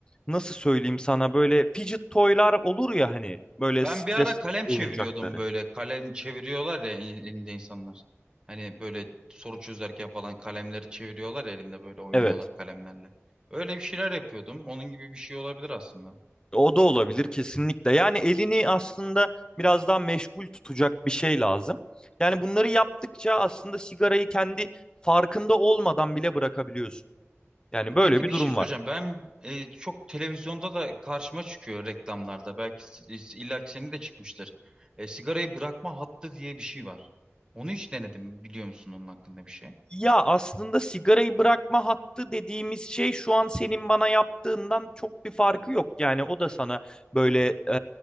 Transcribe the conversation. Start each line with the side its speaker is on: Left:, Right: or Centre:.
Left: nasıl söyleyeyim sana böyle fidget toylar olur ya hani böyle
Right: Ben
Left: stres
Right: bir ara kalem çeviriyordum
Left: oyuncakları.
Right: böyle. Kalem çeviriyorlar ya in- elinde insanlar. Hani böyle soru çözerken falan kalemleri çeviriyorlar ya elinde böyle oynuyorlar
Left: Evet.
Right: kalemlerle. Öyle bir şeyler yapıyordum. Onun gibi bir şey olabilir aslında.
Left: O da olabilir kesinlikle. Yani elini aslında biraz daha meşgul tutacak bir şey lazım. Yani bunları yaptıkça aslında sigarayı kendi farkında olmadan bile bırakabiliyorsun. Yani
Right: E
Left: böyle
Right: Peki
Left: bir
Right: bir
Left: durum
Right: şey soracağım.
Left: var.
Right: Ben e, çok televizyonda da karşıma çıkıyor reklamlarda. Belki s- illa ki senin de çıkmıştır. E, sigarayı bırakma hattı diye bir şey var. Onu hiç denedim. mi? Biliyor musun onun hakkında bir şey?
Left: Ya aslında sigarayı bırakma hattı dediğimiz şey şu an senin bana yaptığından çok bir farkı yok. Yani o da sana böyle e,